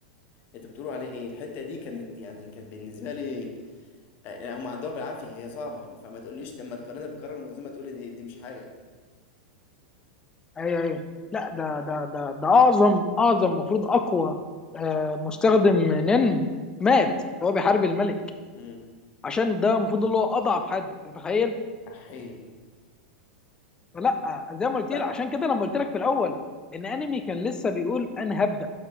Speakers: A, on the left (about 45°); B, on the left (about 15°).
A: انت بتقولوا عليه ايه الحته دي كانت يعني كانت بالنسبه لي يعني هم عدوها بالعافيه هي صعبه فما تقوليش لما تقارنها بالقرار المنظمه تقولي دي, دي مش حاجه
B: آه، ايوه ايوه لا ده ده ده ده اعظم اعظم المفروض اقوى آه، مستخدم نن مات وهو بيحارب الملك
A: امم
B: عشان ده المفروض اللي هو اضعف حد أنت متخيل
A: احي
B: فلا آه، زي ما قلت
A: <laughs>
B: لك عشان كده لما قلت لك في الاول ان انمي كان لسه بيقول انا هبدا